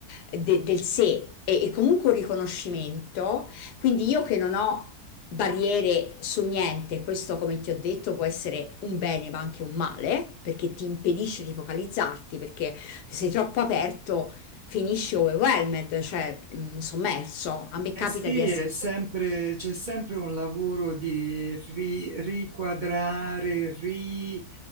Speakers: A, on the left; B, on the right.
A: eh, de- del sé e, e comunque un riconoscimento. Quindi io che non ho barriere su niente, questo come ti ho detto può essere un bene ma anche un male, perché ti impedisce di focalizzarti, perché se sei troppo aperto finisci overwhelmed, cioè mh, sommerso. A me
B: Eh
A: capita
B: sì,
A: di essere
B: è sempre- c'è sempre un lavoro di ri- riquadrare, ri-